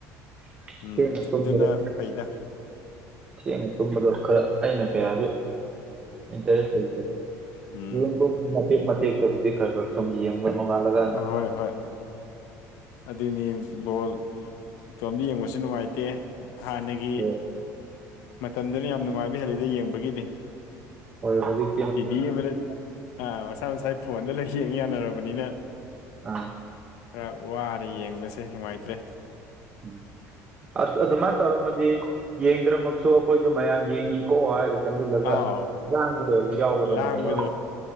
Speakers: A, on the right; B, on the left.
A: <unintelligible>
B: ꯎꯝ
A: ꯊꯦꯡꯅ ꯇꯨꯝꯕꯗꯣ
B: ꯑꯗꯨꯅ ꯐꯩꯗ
A: ꯊꯦꯡꯅ ꯇꯨꯝꯕꯗꯣ ꯈꯔ ꯑꯩꯅ ꯀꯌꯥꯁꯨ ꯏꯟꯇꯔꯦꯁ ꯂꯩꯇꯕ
B: ꯎꯝ
A: ꯌꯨꯝꯗꯨꯝ ꯃꯇꯦꯛ ꯃꯇꯦꯛꯇꯕꯨꯗꯤ ꯈꯔ ꯈꯔ ꯁꯨꯝ ꯌꯦꯡꯕ ꯅꯣꯡꯉꯥꯜꯂꯒ
B: ꯍꯣꯏ ꯍꯣꯏ ꯑꯗꯨꯅꯤ ꯕꯣꯜ ꯏꯇꯣꯝꯗꯥ ꯌꯦꯡꯕꯁꯨ ꯅꯨꯡꯉꯥꯏꯇꯦ ꯍꯥꯟꯅꯒꯤ
A: ꯍꯣꯏ
B: ꯃꯇꯝꯗꯨꯅ ꯌꯥꯝ ꯅꯨꯡꯉꯥꯏꯕ ꯍꯦꯜꯂꯤꯗ ꯌꯦꯡꯕꯒꯤꯗꯤ
A: ꯍꯣꯏ ꯍꯧꯖꯤꯛ
B: ꯇꯤꯚꯤ <unintelligible> ꯑꯥ ꯃꯁꯥ ꯃꯁꯥꯏ ꯐꯣꯟꯗ ꯂꯣꯏ ꯌꯦꯡ ꯌꯥꯅꯔꯕꯅꯤꯅ
A: ꯑꯥ
B: ꯈꯔ ꯋꯥꯔꯦ ꯌꯦꯡꯕꯁꯦ ꯅꯨꯡꯉꯥꯏꯇ꯭ꯔꯦ
A: ꯎꯝ ꯑꯖ ꯑꯗꯨꯃꯥꯏꯅ ꯇꯧꯔꯝꯃꯗꯤ ꯌꯦꯡꯗ꯭ꯔꯃꯛꯁꯨ ꯑꯩꯈꯣꯏꯁꯨ ꯃꯌꯥꯝ ꯌꯦꯡꯉꯤꯀꯣ ꯍꯥꯏꯔꯗꯤ ꯆꯪꯁꯤꯜꯂꯒ
B: ꯑꯥꯎ
A: ꯂꯥꯡꯕꯗꯥ ꯑꯣꯏꯖꯨ ꯌꯥꯎꯒꯗꯧꯅꯦꯕ
B: ꯂꯥꯡꯕꯗꯣ